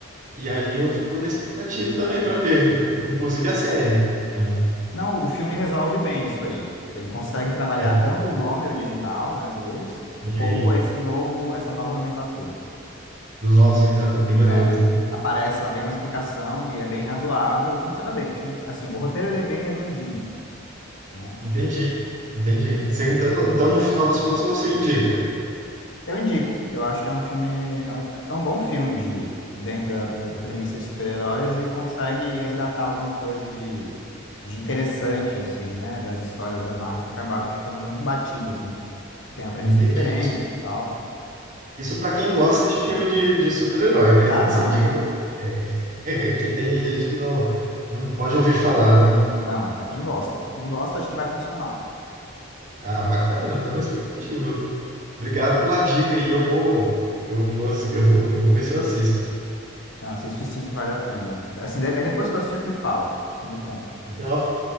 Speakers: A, on the right; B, on the left.
A: e aí eu tô na expectativa também pra ver, inclusive a série, né?
B: Não, o filme resolve bem isso aí. Ele consegue trabalhar
A: É,
B: tanto o nome original, né, deles,
A: ok,
B: como esse novo, essa nova nomenclatura.
A: dos Novos Vincando- Vingadores,
B: É.
A: né?
B: Aparece lá, tem uma explicação e é bem razoável e funciona bem. O filme, assim, o roteiro ele é bem redondinho, né?
A: Entendi, entendi. Você, então, então, no final das contas, você indica.
B: Eu indico. Eu acho que é um filme, é um, é um bom filme de dentro da, da, da premissa de super-heróis e consegue resgatar alguma coisa de, de interessante, assim, né? Das histórias da Marvel que acabaram ficando muito batidas, né? Tem uma premissa
A: Entendi.
B: diferente
A: Isso,
B: e tal.
A: isso para quem gosta de filme de, de super-herói, né?
B: Ah,
A: Você
B: não,
A: indica
B: é.
A: pra, é, <laughs> que tem gente que não, não pode ouvir falar, né?
B: Não, é pra quem gosta. Pra quem gosta, acho que vai funcionar.
A: Ah, bacana, eu tô na expectativa. Obrigado pela dica e eu vou, eu vou, eu vou, eu vou ver se eu assisto.
B: Não, assiste sim que vale a pena. Assim, de- aí depois que tu assistir, tu me fala. Tu me conta.
A: Então,